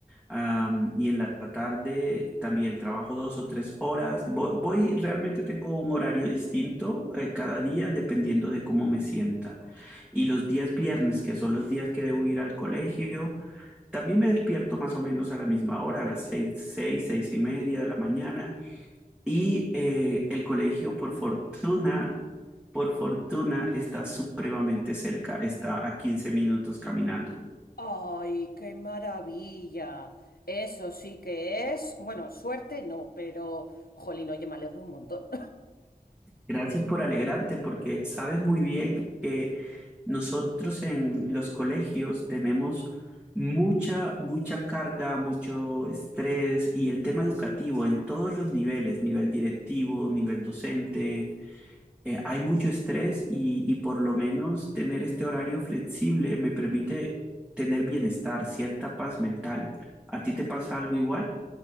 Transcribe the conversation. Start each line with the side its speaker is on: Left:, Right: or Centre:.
Centre: Am, y en la tarde también trabajo dos o tres horas. Voy, voy- realmente tengo un horario distinto eh, cada día dependiendo de cómo me sienta. Y los días viernes, que son los días que debo ir al colegio, también me despierto más o menos a la misma hora, a las seis, seis, seis y media de la mañana. Y eh, el colegio, por fortuna, por fortuna, está supremamente cerca, está a quince minutos caminando.
Left: Ay, qué maravilla. Eso sí que es, bueno, suerte no, pero jolín, oye, me alegro un montón.
Centre: Gracias por alegrarte, porque sabes muy bien que nosotros en los colegios tenemos mucha, mucha carga, mucho estrés y el tema educativo en todos los niveles, nivel directivo, nivel docente eh, hay mucho estrés y, y por lo menos tener este horario flexible me permite tener bienestar, cierta paz mental. ¿A ti te pasa algo igual?